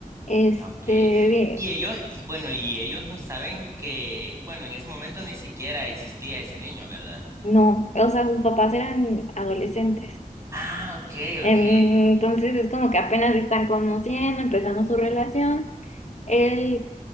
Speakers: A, on the left (about 55°); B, on the right (about 20°).
A: este,
B: ok.
A: de-
B: Y ellos, y bueno, y ellos no saben que, bueno, en ese momento ni siquiera existía ese niño, ¿verdad?
A: no, o sea, sus papás eran adolescentes.
B: Ah, ok,
A: Em,
B: ok.
A: Entonces es como que apenas se están conociendo, empezando su relación. Él,